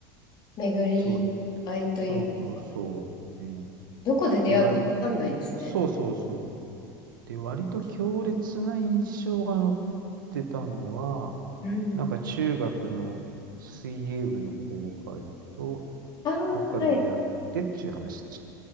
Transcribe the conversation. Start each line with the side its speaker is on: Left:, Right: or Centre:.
Left: 巡り合いというか、
Right: そう、そうそうそう。ね。
Left: どこで出会うかわかんないですね。
Right: で、割、そうそうそう。で、割と強烈な印象が残ってたのは、
Left: うん。
Right: なんか中学の水泳部の後輩と、
Left: ああ、
Right: どっかで出会ってっていう話
Left: はい。